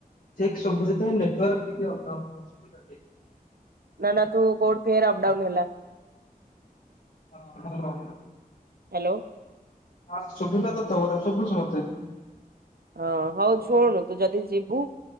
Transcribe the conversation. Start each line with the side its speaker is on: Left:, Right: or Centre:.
Left: ଠିକ୍ ଶୁବୁଚି ଯେତବେଳେ ନେଟୱାର୍କ ଟିକେ ଅବଟାଉନ୍ ରହୁଚି <unintelligible>
Right: ନା ନା ତୁ କୋଉଠି ଫେର୍ ଅଫ୍ ଡାଉନ୍ ହେଲା।
Left: ହଁ ହାଲୋ।
Right: ହାଲୋ।
Left: ହଁ ଶୁବୁଲା ତୋତେ ମତେ ଶୁବୁଚି ମତେ।
Right: ହଁ ହଉ
Left: ହାଲୋ
Right: ଶୁଣୁ
Left: ହଁ
Right: ତୁ ଯଦି ଯିବୁ